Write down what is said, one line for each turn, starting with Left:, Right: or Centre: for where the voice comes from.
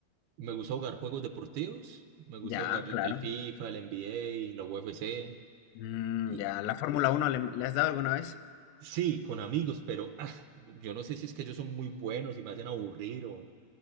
Right: me gusta jugar juegos deportivos, me gusta
Left: Ya,
Right: jugar
Left: claro.
Right: el FIFA, el NBA, la UFC,
Left: Mm,
Right: y
Left: ya, ¿la Fórmula uno le, le has dado alguna vez?
Right: sí, con amigos, pero ah, yo no sé si es que ellos son muy buenos y me hacen aburrir o...